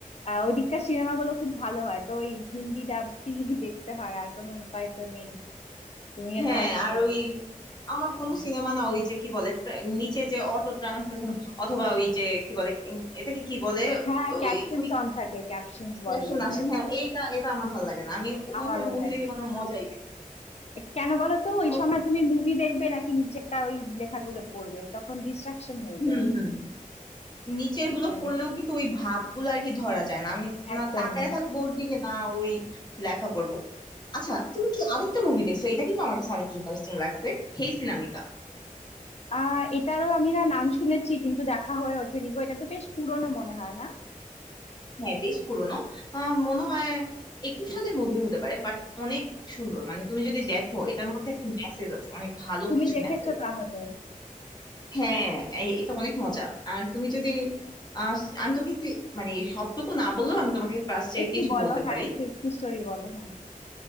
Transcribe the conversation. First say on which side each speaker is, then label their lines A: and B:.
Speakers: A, on the left; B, on the left.
A: আহ, ওদিককার সিনেমাগুলো খুব ভালো হয় তো ওই হিন্দি ডাব দিয়ে <laughs> দেখতে হয় আর কোনো উপায় তো নেই তুমিও
B: হ্যাঁ
A: তাহলে সেই
B: আর ওই আমার কোন
A: আহ,
B: সিনেমা না ওই যে কি বলে ট্রা- নিচে যে অটো ট্রান্সলেশন অথবা ওই যে কি বলে উম, এটাকে কি বলে
A: হ্যাঁ ক্যাপশনস
B: ওই ওই
A: অন থাকে ক্যাপশনস বলে
B: ক্যাপশন
A: বোধহয়
B: আসে হ্যাঁ এইটা এটা আমার ভালো লাগে না আমি
A: আমারও
B: ওইভাবে মুভি
A: তাই
B: দেখে কোনো মজাই পাই না।
A: কেন বলো তো ওই
B: তো
A: সময় তুমি মুভি দেখবে নাকি নিচেরটা ওই লেখাগুলো পড়বে তখন ডিস্ট্রাকশন হয়ে
B: হুম
A: যায়
B: হুম নিচের
A: সেটাই
B: গুলো পড়লেও কিন্তু ওই ভাবগুলো আর কি ধরা যায় না আমি না
A: একদমই
B: তাকায় থাকবো ওর দিকে না ওই লেখা পড়বো আচ্ছা তুমি কি আরেকটা মুভি দেখছো এটা কিন্তু আমার কাছে অনেক ইন্টারেস্টিং লাগছে হেই সিনামিকা
A: আহ এটারও আমি না নাম শুনেছি কিন্তু দেখা হয়ে ওঠেনি গো এটা তো বেশ পুরনো মনে হয় না
B: হ্যাঁ বেশ পুরনো আহ মনে হয় একুশ সালের মুভি হতে পারে বাট অনেক সুন্দর মানে তুমি
A: আচ্ছা
B: যদি দেখো এটার মধ্যে একটা মেসেজ আছে অনেক ভালো
A: তুমি
B: কিছু
A: দেখেছো
B: মেসেজ আছে
A: তাহলে
B: হ্যাঁ এ- এটা অনেক মজা আর তুমি যদি আহ, আমি তোকে একটু মানে সবটুকু না বললেও আমি তোমাকে ফার্স্ট এর
A: একটু
B: কিছু
A: বলো
B: বলতে
A: হ্যাঁ
B: পারি
A: একটু একটু স্টোরি বলো হ্যাঁ